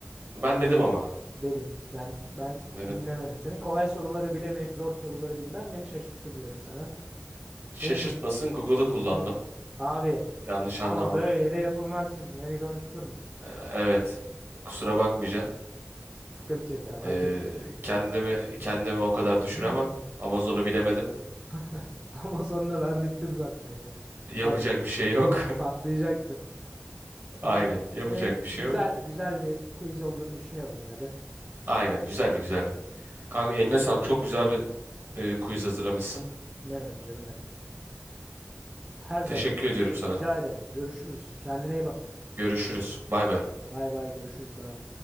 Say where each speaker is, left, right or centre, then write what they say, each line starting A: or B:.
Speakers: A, on the right; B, on the right.
A: Ben dedim ama.
B: dedin. Ben ben
A: Dedim.
B: dinlemedim seni. Kolay soruları bilemeyip zor soruları bilmem beni şaşırttı diyorum sana.
A: Şaşırtmasın
B: Benim s-
A: Google'ı kullandım.
B: <clears throat> <laughs> abi
A: Yanlış
B: ama
A: anlama.
B: böyle de yapılmaz şimdi. Beni konuşturma.
A: E, evet. Kusura bakmayacaksın.
B: Sıkıntı yok abi
A: E,
B: hak ettin.
A: kendimi kendimi o kadar düşüremem.
B: Hı.
A: Amazon'u bilemedim.
B: <laughs> Ama sonunda ben bittim zaten ya.
A: Yapacak
B: Pat,
A: bir şey yok. <laughs>
B: patlayacaktım.
A: Aynen.
B: Abi
A: Yapacak
B: yine güzel
A: bir şey yok.
B: güzel bir quiz olduğunu düşünüyorum yine de.
A: Aynen. Güzeldi güzeldi. Kanka eline sağlık. Çok güzel bir e, quiz hazırlamışsın.
B: Ne demek canım benim. Her zaman.
A: Teşekkür ediyorum sana.
B: Rica ederim. Görüşürüz. Kendine iyi bak.
A: Görüşürüz. Bay bay.
B: Bay bay görüşürüz bay.